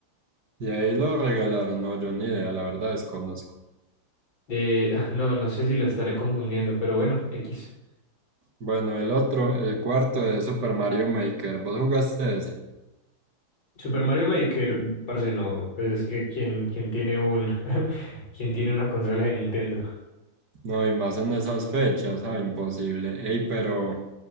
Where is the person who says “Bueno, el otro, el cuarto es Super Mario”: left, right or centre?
Right